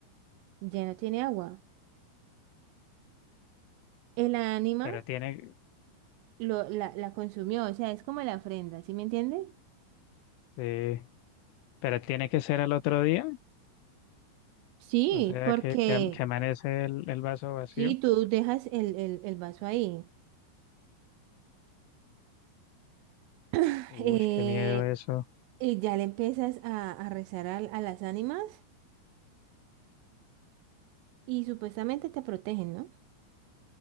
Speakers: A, on the right; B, on the left.
A: ya no tiene agua. El ánima
B: pero tiene,
A: lo, la, la consumió, o sea, es como la ofrenda, ¿sí me entiendes?
B: eh, pero tiene que ser al otro día.
A: Sí,
B: O sea,
A: porque
B: que, que, que amanece el, el vaso vacío.
A: si tú dejas el, el, el vaso ahí, <laughs>
B: Uy,
A: eh,
B: qué miedo eso.
A: y ya le empiezas a, a rezar al- a las ánimas y supuestamente te protegen, ¿no?